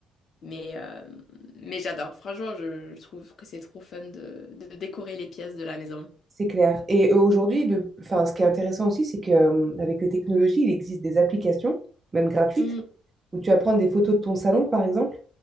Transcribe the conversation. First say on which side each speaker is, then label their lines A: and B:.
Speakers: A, on the left; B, on the right.
A: Mais, euh, mais j'adore. Franchement, je, je trouve que c'est trop fun de, de décorer les pièces de la maison.
B: c'est clair. Et euh, aujourd'hui, le... enfin, ce qui est intéressant aussi, c'est que euh, avec les technologies, il existe des applications, même gratuites,
A: Mm.
B: où tu vas prendre des photos de ton salon, par exemple,